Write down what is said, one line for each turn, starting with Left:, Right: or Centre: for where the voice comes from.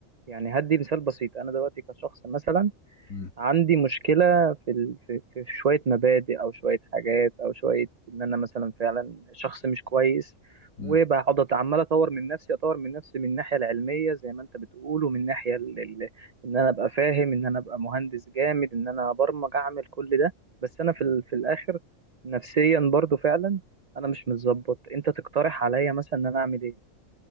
Right: يعني هدي مثال بسيط انا دلوقتي كشخص مثلا
Left: مم،
Right: عندي مشكلة في ال... في في في شوية مبادئ أو شوية حاجات أو شوية إن أنا مثلا فعلا شخص مش كويس
Left: مم،
Right: وبقعد عمال أطور من نفسي أطور من نفسي من الناحية العلمية زي ما أنت بتقول ومن الناحية ال... ال... إن أنا أبقى فاهم إن أنا أبقى مهندس جامد إن أنا أبرمج أعمل كل ده بس أنا في
Left: مم.
Right: ال... في الآخر نفسيا برضو فعلا أنا مش متظبط أنت تقترح عليا مثلا إن أنا أعمل إيه